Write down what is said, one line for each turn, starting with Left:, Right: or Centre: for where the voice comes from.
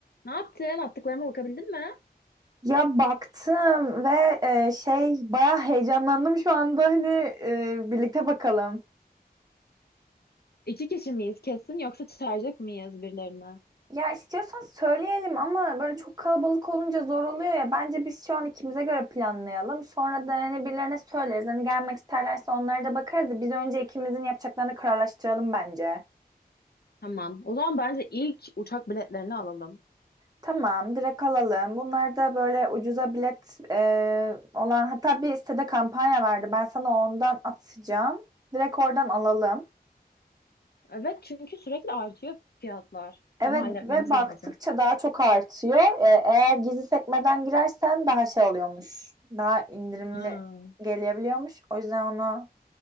Left: Ne yaptın? Attıklarıma bakabildin mi?
Right: Ya baktım ve e, şey bayağı heyecanlandım şu anda hani e, birlikte bakalım.
Left: İki kişi miyiz kesin yoksa çağıracak mıyız birilerini?
Right: Ya istiyorsan söyleyelim ama böyle çok kalabalık olunca zor oluyor ya. Bence biz şu an ikimize göre planlayalım. Sonra da hani birilerine söyleriz. Hani gelmek isterlerse onlara da bakarız. da Biz önce ikimizin yapacaklarını kararlaştıralım bence.
Left: Tamam. O zaman bence ilk uçak biletlerini alalım.
Right: Tamam, direkt alalım. Bunlar da böyle ucuza bilet e, olan hatta bir sitede kampanya verdi. Ben sana ondan atacağım. Direkt oradan alalım.
Left: Evet çünkü sürekli artıyor fiyatlar.
Right: Evet
Left: Onu halletmemiz
Right: ve baktıkça
Left: lazım.
Right: daha çok artıyor. Ee, eğer gizli sekmeden girersen daha şey oluyormuş. Daha indirimli
Left: Hmm.
Right: gelebiliyormuş. O yüzden ona